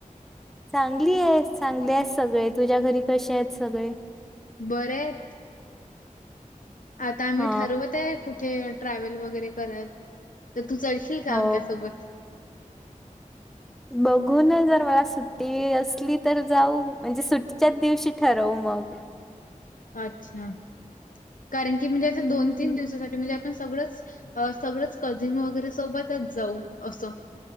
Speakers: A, in the centre; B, on the left.
A: चांगली आहे चांगली आहे सगळे. तुझ्या घरी कसे आहेत सगळे?
B: बरे आहेत. आता आम्ही
A: हा
B: ठरवत आहे कुठे ट्रॅव्हल वगैरे कराल. तर तू चलशील का
A: हो
B: आमच्यासोबत
A: बघून जर मला सुट्टी असली तर जाऊ म्हणजे सुट्टीच्याच दिवशी ठरवू. मग
B: अच्छा कारण की म्हणजे
A: हम्म
B: आ दोन तीन दिवसासाठी म्हणजे आपण सगळंच सगळंच कझिन वगैरे सोबतच जाऊ असं